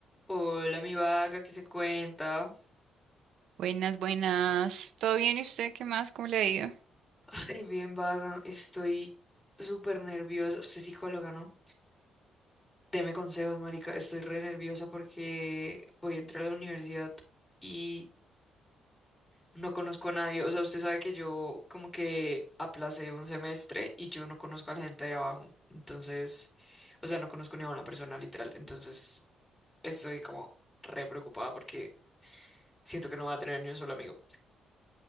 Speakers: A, on the left; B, on the right.
A: Hola, mi vaga, ¿qué se cuenta?
B: Buenas, buenas. ¿Todo bien? ¿Y usted qué más? ¿Cómo le ha ido?
A: Ay, bien vaga, estoy súper nerviosa. Usted es psicóloga, ¿no? Deme consejos, marica. Estoy re nerviosa porque voy a entrar a la universidad y no conozco a nadie. O sea, usted sabe que yo como que aplacé un semestre y yo no conozco a la gente de abajo. Entonces, o sea, no conozco ni a una persona literal. Entonces, estoy como re preocupada porque siento que no voy a tener ni un solo amigo.